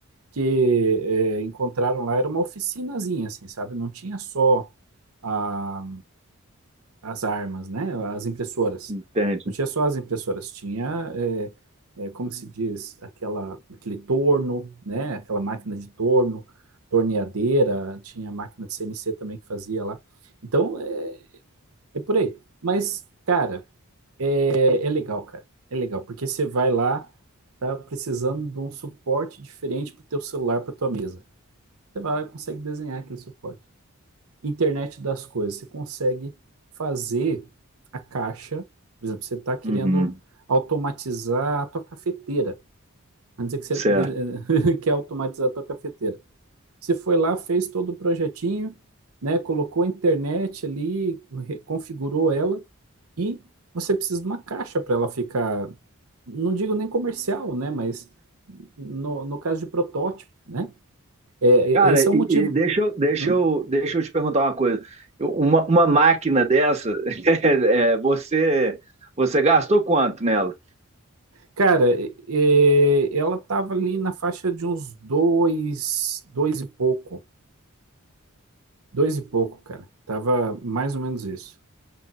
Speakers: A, on the right (about 80°); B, on the right (about 30°).
A: Que é, encontraram lá, era uma oficinazinha, assim, sabe? Não tinha só a, as armas, né? As impressoras.
B: entende?
A: Não tinha só as impressoras, tinha, é, é, como se diz, aquela, aquele torno, né? Aquela máquina de torno, torneadeira, tinha máquina de CNC também que fazia lá. Então, é, é por aí. Mas, cara. É, é legal, cara. É legal, porque você vai lá, tá precisando de um suporte diferente para o teu celular, para tua mesa. Você vai lá e consegue desenhar aquele suporte. Internet das coisas, você consegue fazer a caixa, por exemplo, você está querendo
B: Uhum,
A: automatizar a tua cafeteira. Vamos dizer que você
B: certo.
A: de- <laughs> quer automatizar a tua cafeteira. Você foi lá, fez todo o projetinho, né? Colocou a internet ali, re- configurou ela e você precisa de uma caixa para ela ficar, não digo nem comercial, né? Mas no, no caso de protótipo, né? É,
B: Cara,
A: é- esse
B: e,
A: é o motivo.
B: e deixa, eu- deixa,
A: Uhum.
B: eu, deixa eu te perguntar uma coisa. Eu- Uma, uma máquina dessa, <laughs> é, é, você, você gastou quanto nela?
A: Cara, é- é, ela tava ali na faixa de uns dois, dois e pouco, dois e pouco, cara. Tava mais ou menos isso.